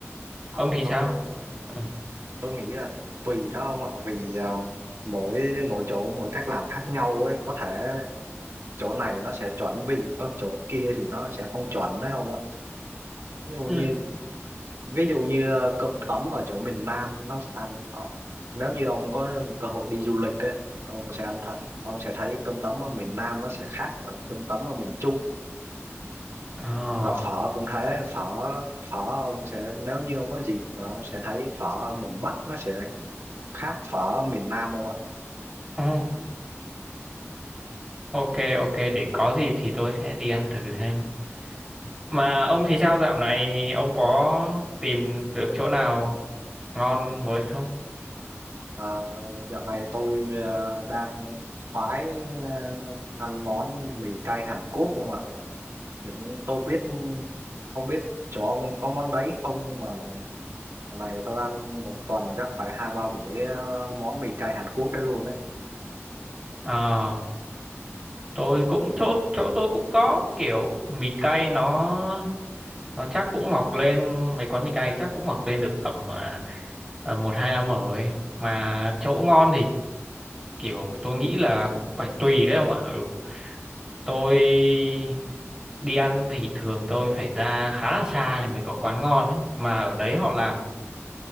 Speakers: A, on the right; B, on the right.
A: À,
B: ông thì sao
A: tôi
B: ừ.
A: tôi nghĩ là tùy đó ông ạ, vì ờ, mỗi mỗi chỗ mỗi cách làm khác nhau ấy, có thể chỗ này nó sẽ chuẩn vị còn chỗ kia thì nó sẽ không chuẩn đấy không ạ ví dụ
B: Ừ.
A: như ví dụ như ờ, cơm tấm ở chỗ miền Nam nó sẽ ăn ờ, nếu như ông có cơ hội đi du lịch ấy ông sẽ ăn thật ông sẽ thấy cơm tấm ở miền Nam nó sẽ khác ở cơm tấm ở miền Trung
B: Ờ,
A: và phở cũng thế phở phở ông sẽ nếu như ông có dịp và ông sẽ thấy phở ở miền Bắc nó sẽ khác phở ở miền Nam không ạ
B: ừ. ok ok để có dịp thì tôi sẽ đi ăn thử xem mà ông thì sao dạo này ông có tìm được chỗ nào ngon mới không
A: à, dạo này tôi ờ, đang khoái ờ, ăn món mì cay Hàn Quốc không ạ Dạ, tôi biết không biết chỗ ông có món đấy không nhưng mà lần này tôi ăn một tuần chắc phải hai ba buổi ờ, món mì cay Hàn Quốc đấy luôn đấy
B: Ờ tôi cũng chỗ chỗ tôi cũng có kiểu mì cay nó nó chắc cũng mọc lên mấy quán mì cay chắc cũng mọc lên được tầm à, à, một hai năm rồi mà chỗ ngon thì kiểu tôi nghĩ là cũng phải tùy đấy ông ạ ừ tôi đi ăn thì thường tôi phải ra khá là xa thì mới có quán ngon ấy mà ở đấy họ làm